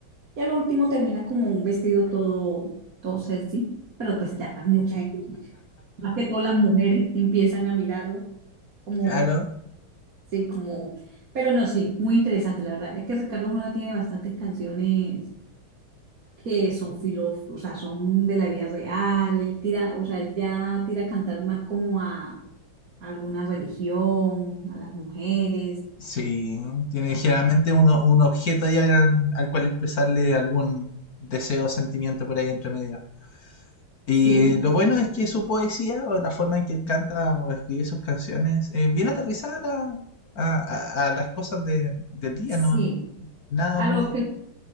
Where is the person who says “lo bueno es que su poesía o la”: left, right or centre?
Left